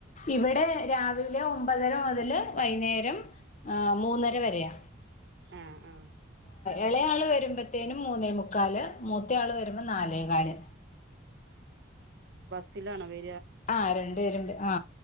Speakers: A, on the left; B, on the right.
A: ഇവിടെ രാവിലെ ഒമ്പതര മുതല് വൈകുന്നേരം ആ മൂന്ന ര വരയാ
B: ആ ആ
A: എളെയാള് വരുമ്പത്തേനും മൂന്നേ മുക്കാല് മൂത്ത ആള് വരുമ്പോ നാലേകാല്
B: ത്തില്ലാണൊ വ
A: ആ രണ്ടു പേരും ആ